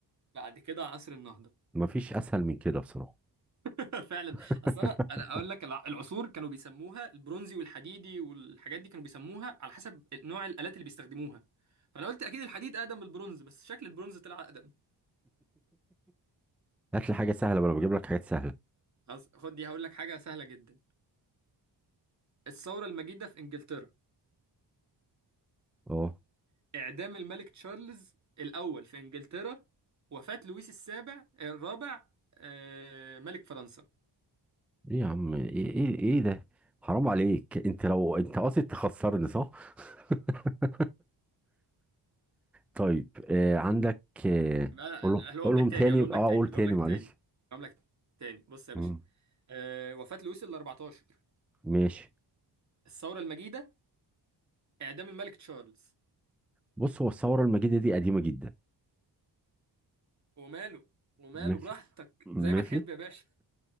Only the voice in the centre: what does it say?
مفيش اسهل من كده بصراحه
<laughs>
هات لي حاجه سهله ما انا بجيب لك حاجات سهله
اه
ايه يا عم ايه ايه ايه ده حرام عليك انت لو انت قاصد تخسرني صح <laughs> طيب آه عندك آه
قول-
قولهم
تاني
اه
قول
تاني
معلش
مم.
ماشي
بص هو الثوره المجيده دي قديمه جدا
ماشي
ماشي